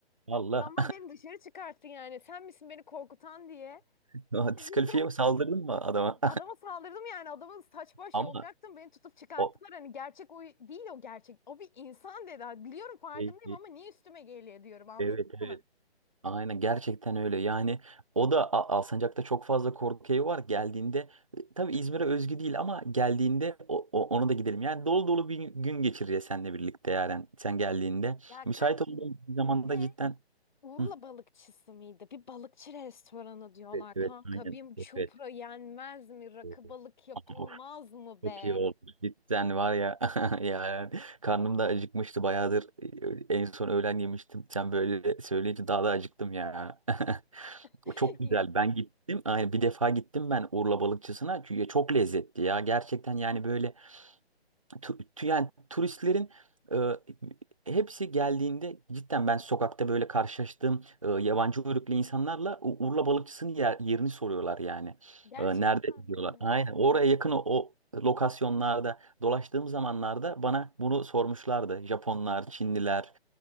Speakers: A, on the right; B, on the left.
A: Valla.
B: Adamlar beni dışarı çıkarttı yani. Sen misin beni korkutan diye.
A: <laughs>
B: <laughs>
A: Diskalifiye mi saldırdın mı adama?
B: Adama saldırdım yani. Adamın saç
A: <laughs>
B: baş
A: Ama
B: yolacaktım. Beni tutup çıkarttılar.
A: o
B: Hani gerçek o değil o gerçek. O bir insan dedi. Ha, Biliyorum farkındayım
A: e, e,
B: ama niye üstüme geliyor diyorum anladın
A: evet
B: mı?
A: evet Aynen gerçekten öyle. Yani o da A- Alsancak'ta çok fazla korku evi var. Geldiğinde e, tabii İzmir'e özgü değil ama geldiğinde o, o- ona da gidelim. Yani dolu dolu bir gün geçireceğiz seninle birlikte yani sen geldiğinde.
B: Ya
A: Müsait
B: kanki
A: olduğun bir zamanda
B: Ve
A: cidden
B: Urla
A: Hı.
B: balıkçısı mıydı? Bir balıkçı restoranı diyorlar
A: Evet, evet,
B: kanka.
A: aynen.
B: Bir çupra
A: Evet,
B: yenmez mi? Rakı
A: evet.
B: balık yapılmaz
A: Of,
B: mı be?
A: çok iyi oldu. Cidden var ya <laughs> yani karnım da acıkmıştı bayağıdır. En son öğlen yemiştim. Sen böyle söyleyince daha da acıktım ya. <laughs>
B: <laughs>
A: O çok güzel.
B: Ya,
A: Ben gittim. Aynen bir defa gittim ben Urla balıkçısına. Çünkü çok lezzetli ya. Gerçekten yani böyle tu, tu- yani turistlerin e, hepsi geldiğinde cidden ben sokakta böyle karşılaştığım e, yabancı uyruklu insanlarla U- Urla balıkçısının yer- yerini soruyorlar yani.
B: Gerçekten
A: E, nerede
B: mi?
A: diyorlar. Aynen oraya yakın o, o lokasyonlarda dolaştığım zamanlarda bana bunu sormuşlardı. Japonlar, Çinliler.